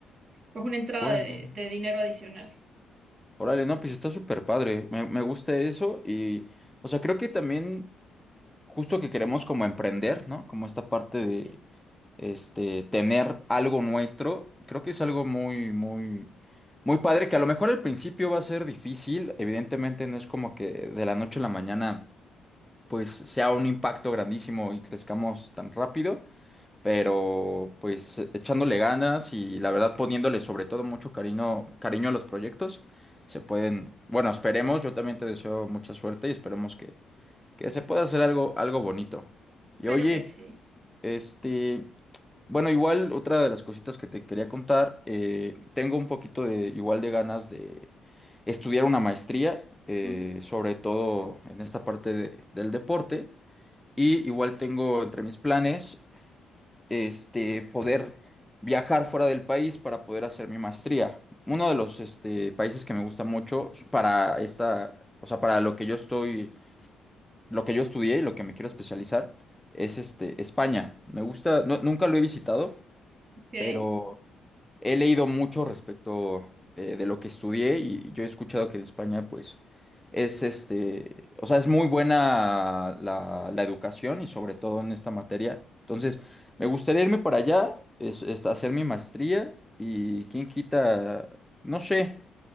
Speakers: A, on the right; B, in the centre.
A: pues una entrada
B: Órale.
A: de, de dinero adicional.
B: Órale, no, pues está súper padre. Me, me gusta eso y, o sea, creo que también. justo que queremos como emprender, ¿no? Como esta parte de
A: Sí.
B: este tener algo nuestro, creo que es algo muy, muy, muy padre, que a lo mejor al principio va a ser difícil, evidentemente no es como que de la noche a la mañana pues sea un impacto grandísimo y crezcamos tan rápido, pero pues e-, echándole ganas y la verdad poniéndole sobre todo mucho cariño, cariño a los proyectos, se pueden, bueno, esperemos, yo también te deseo mucha suerte y esperemos que que se pueda hacer algo, algo bonito. Y
A: Claro
B: oye,
A: que sí.
B: este, bueno, igual otra de las cositas que te quería contar, eh, tengo un poquito de, igual de ganas de estudiar una maestría, eh,
A: Mm,
B: sobre todo en esta parte de- del deporte, y igual tengo entre mis planes, este, poder viajar fuera del país para poder hacer mi maestría. Uno de los, este, países que me gusta mucho para esta, o sea, para lo que yo estoy lo que yo estudié y lo que me quiero especializar es este, España. Me gusta, no- nunca lo he visitado,
A: Ok.
B: pero he leído mucho respecto eh, de lo que estudié y yo he escuchado que en España, pues, es este, o sea, es muy buena la, la educación y sobre todo en esta materia. Entonces, me gustaría irme para allá, es, es hacer mi maestría y quién quita, no sé,